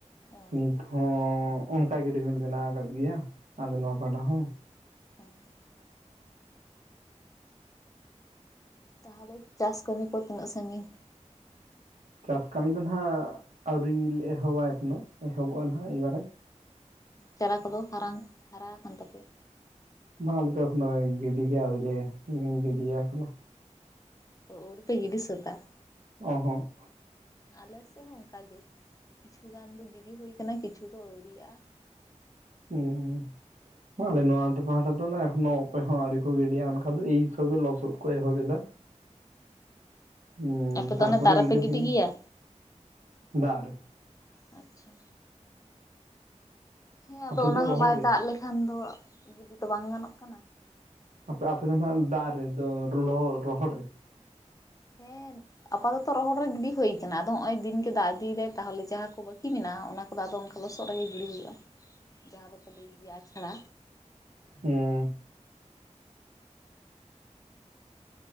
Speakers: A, on the left; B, on the right.
A: ᱚ
B: ᱱᱤᱛ ᱦᱚᱸᱻ ᱚᱱᱠᱟ ᱜᱮ ᱨᱤᱢᱤᱞ ᱵᱮᱱᱟᱣ ᱟᱠᱟᱫ ᱜᱮᱭᱟ ᱟᱞᱮ ᱱᱚᱣᱟ ᱯᱟᱦᱴᱟ ᱦᱚᱸ
A: ᱦᱩᱸ ᱛᱟᱦᱚᱞᱮ ᱪᱟᱥ ᱠᱟᱹᱢᱤ ᱠᱚ ᱛᱤᱱᱟᱹᱜ ᱥᱟᱺᱜᱤᱧ
B: ᱪᱟᱥ ᱠᱟᱹᱢᱤ ᱫᱚ ᱱᱟᱦᱟᱜ ᱟᱹᱣᱨᱤ ᱞᱮ ᱮᱦᱚᱵᱟ ᱮᱠᱷᱚᱱᱳ ᱮᱦᱚᱵᱚᱜᱼᱟ ᱱᱟᱦᱟᱜ ᱮᱭᱵᱟᱨᱮ
A: ᱪᱟᱨᱟ ᱠᱚᱫᱚ ᱦᱟᱨᱝ ᱦᱟᱨᱟ ᱟᱠᱟᱱ ᱛᱟᱯᱮᱭᱟ
B: ᱵᱟᱝ ᱟᱞᱮ ᱫᱚ ᱮᱠᱷᱱᱳ ᱜᱤᱰᱤ ᱜᱮ ᱣᱨᱤᱞᱮ ᱜᱤᱰᱤ ᱭᱟ ᱮᱠᱷᱚᱱᱳ
A: ᱛᱚ ᱣᱨᱤ ᱯᱮ ᱜᱰᱤ ᱥᱟᱹᱛᱟ
B: ᱚ ᱦᱚᱸ
A: ᱟᱞᱮ ᱥᱮᱫ ᱦᱚᱸ ᱚᱝᱠᱟ ᱜᱮ ᱠᱤᱪᱷᱩ ᱜᱟᱱ ᱫᱚ ᱜᱤᱰᱤ ᱦᱩᱭ ᱠᱟᱱᱟ ᱠᱤᱪᱷᱩ ᱫᱚ ᱟᱹᱣᱨᱤᱜᱼᱟ
B: ᱦᱮᱸ ᱦᱮᱸ ᱟᱞᱮ ᱱᱚᱣᱟᱛᱮ ᱯᱟᱦᱴᱟ ᱫᱚ ᱮᱠᱷᱚᱱᱳ ᱚᱠᱚᱭ ᱦᱚᱸ ᱟᱹᱣᱨᱤ ᱠᱚ ᱜᱤᱰᱤᱭᱟ ᱮᱱᱠᱷᱟᱱ ᱫᱚ ᱮ ᱦᱤᱥᱟᱹᱵᱮ ᱞᱚᱥᱚᱫ ᱠᱚ ᱮᱦᱚᱵ ᱮᱫᱟ ᱦᱩᱸ
A: ᱚ ᱟᱯᱮ
B: ᱛᱟᱨᱯᱚᱨᱮ
A: ᱫᱚ ᱚᱱᱮ ᱫᱟᱜ ᱨᱮ ᱯᱮ ᱜᱤᱰᱤ
B: ᱦᱩᱭᱩᱜᱼᱟ
A: ᱜᱮᱭᱟ
B: ᱫᱟᱜ ᱨᱮ
A: ᱟᱪᱪᱷᱟ ᱦᱮᱸ ᱟᱫᱚ
B: ᱟᱯᱮ
A: ᱚᱱᱟ
B: ᱫᱚ
A: ᱦᱚᱸ
B: ᱨᱚᱦᱚᱲ
A: ᱵᱟᱭ
B: ᱨᱮ
A: ᱫᱟᱜ ᱞᱮᱠᱷᱟᱱ ᱫᱚ ᱜᱤᱰᱤ ᱛᱚ ᱵᱟᱝ ᱜᱟᱱᱚᱜ ᱠᱟᱱᱟ
B: ᱟᱯᱮ ᱟᱯᱮ ᱫᱚ ᱱᱟᱜ ᱫᱟᱜ ᱨᱮ ᱫᱚ ᱨᱚᱦᱚᱲ ᱨᱮ
A: ᱦᱮᱸ ᱟᱯᱟᱛᱚᱛᱚ ᱨᱚᱦᱚᱲ ᱨᱮ ᱜᱤᱰᱤ ᱦᱩᱭ ᱠᱟᱱᱟ ᱟᱫᱚ ᱱᱚᱜ ᱚᱭ ᱫᱤᱱ ᱜᱮ ᱫᱟᱜ ᱤᱫᱤᱭ ᱫᱟᱭ ᱛᱟᱦᱚᱞᱮ ᱡᱟᱦᱟᱸ ᱠᱚ ᱵᱠᱤ ᱢᱮᱱᱟᱜᱼᱟ ᱚᱱᱟ ᱠᱚ ᱫᱚ ᱚᱱᱠᱟ ᱞᱚᱥᱚᱫ ᱨᱮᱜᱮ ᱜᱤᱲᱤ ᱦᱩᱭᱩᱜᱼᱟ ᱡᱟᱦᱟᱸ ᱫᱚᱠᱚ ᱞᱟᱹᱭ ᱜᱮᱭᱟ ᱟᱪᱷᱟᱲᱟ
B: ᱦᱮᱸ